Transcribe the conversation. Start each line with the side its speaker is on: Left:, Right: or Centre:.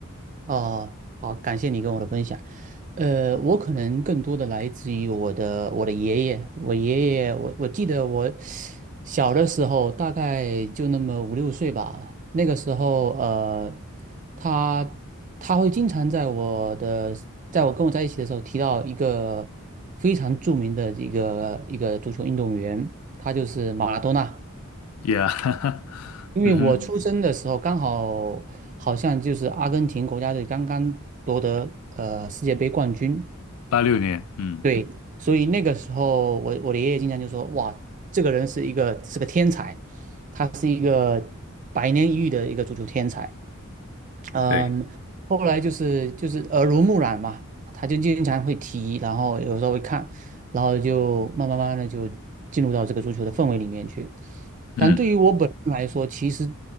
Right: 哦，好，感谢你跟我的分享。呃，我可能更多的来自于我的我的爷爷，我爷爷，我我记得我小的时候大概就那么五六岁吧，那个时候呃，他他会经常在我的在我跟我在一起的时候提到一个非常著名的一个一个足球运动员，他就是马拉多纳。
Left: Yeah，<laughs>
Right: 因为我出生的时候刚好好像就是阿根廷国家队刚刚夺得呃世界杯冠军，
Left: 嗯哼，八六年，嗯，
Right: 对，所以那个时候我我的爷爷经常就说，哇，这个人是一个是个天才，他是一个百年一遇的一个足球天才，嗯，
Left: 对，
Right: 后来就是就是耳濡目染嘛，他就经常会提，然后有时候会看，然后就慢慢慢慢的就进入到这个足球的氛围里面去。
Left: 嗯
Right: 但对于我本人来说，其实